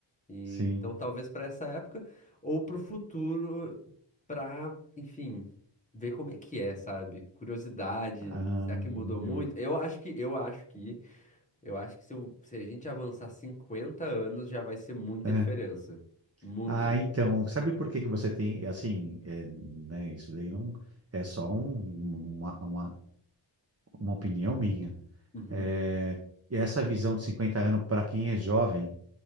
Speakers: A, on the left (about 15°); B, on the right (about 30°).
A: E,
B: sim.
A: então, talvez para essa época ou para o futuro, para, enfim, ver como é que é, sabe? Curiosidade,
B: Ah,
A: será que mudou muito?
B: eu
A: Eu acho que, eu acho que, eu acho que se, eu- se a gente avançar 50 anos já vai ser muita
B: <laughs>
A: diferença. Muita
B: Ah,
A: diferença.
B: então, sabe por que que você tem, é assim, é, né, isso daí não é só um- uma, uma, uma opinião minha.
A: Uhum,
B: É, e essa visão de 50 anos, para quem é jovem,